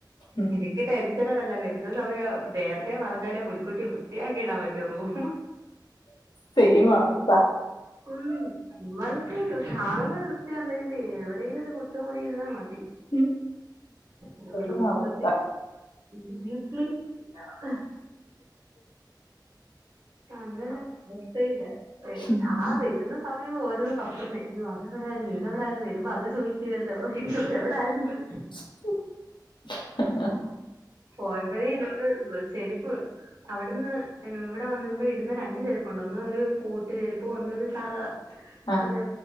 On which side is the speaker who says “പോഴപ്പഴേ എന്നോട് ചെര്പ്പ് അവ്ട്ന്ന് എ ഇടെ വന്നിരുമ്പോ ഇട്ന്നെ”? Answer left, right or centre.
Right